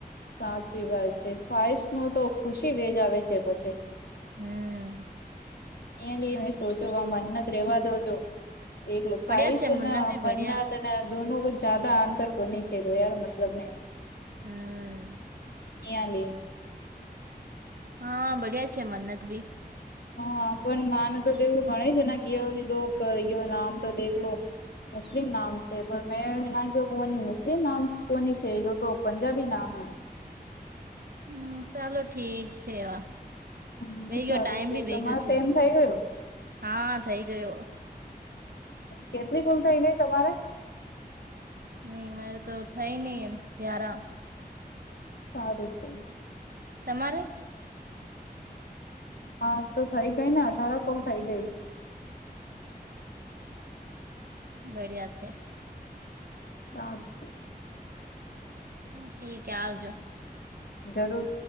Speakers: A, on the left; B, on the right.
A: સાચી વાત છે ફાઈશ ન તો ખુશી વેજ આવે છે પછી.
B: હમ.
A: એ લઈ મે સોચો મન્નત રેવા દોજો એક ખાઈ
B: બડિયા
A: છે
B: મન્નત
A: ને
B: ભી
A: મન્નત.
B: બડિયા
A: ના દોન કો જ્યાદા આંતર કોની ચ તો યાર મતલબ મે.
B: હમ.
A: કહી આ દ.
B: હા બડિયા છે મન્નત ભી.
A: હા પણ માને તોવું ગણ છે ના કીધોયો નામ તો દેખલો. મુસ્લિમ નામ છે પણ મેં ના કોની મુસ્લિમ નામ કોની છે એ તો પંજાબી નામ હ.
B: હમ ચાલો ઠીક છે એવા.
A: હમ
B: ભે
A: સારું
B: ગયો ટાઈમ
A: છે
B: ભી ભેગયો
A: તમારે
B: છે
A: તો એમ થઈ ગયું
B: હા થઈ ગયો.
A: કેટલી કુલ થઇ ગઈ તમારે.
B: નઈ મારે તો થઈ નહિ એમ ત્યારા.
A: સારું છે.
B: તમારે.
A: હા તો થઈ ગઈ ને અઠાર કોલ થઈ ગઈ,
B: બડિયા છે,
A: સાક્ષ
B: હ ઠીકે આવજો.
A: જરૂર,